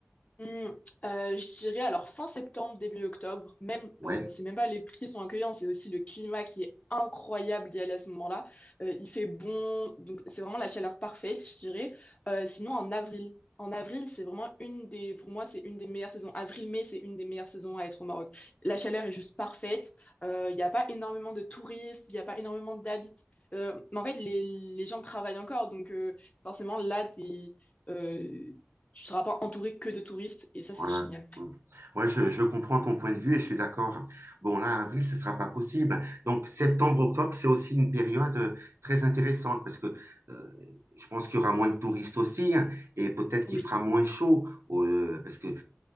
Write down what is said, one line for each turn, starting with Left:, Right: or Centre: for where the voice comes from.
Left: Hmm, euh, je dirais alors fin septembre, début octobre, même
Right: Ouais.
Left: euh, c'est même pas les prix sont accueillants, c'est aussi le climat qui est incroyable d'y aller à ce moment-là. Euh, il fait bon, donc c'est vraiment la chaleur parfaite, je dirais. Euh, sinon en avril. En avril, c'est vraiment une des, pour moi, c'est une des meilleures saisons. Avril-mai, c'est une des meilleures saisons à être au Maroc. La chaleur est juste parfaite. Euh, Il n'y a pas énormément de touristes, il n'y a pas énormément d'habitants. Euh, mais en fait, les, les gens travaillent encore, donc euh, forcément, là, t'es, euh, tu seras pas entouré que de touristes et ça, c'est
Right: Voilà.
Left: génial.
Right: Mm. Ouais, je, je comprends ton point de vue et je suis d'accord. Bon, là, avril, ce sera pas possible. Donc, septembre, octobre, c'est aussi une période euh, très intéressante parce que euh, je pense qu'il y aura moins de touristes aussi hein, et peut-être qu'il
Left: Oui.
Right: fera moins chaud euh, parce que euh,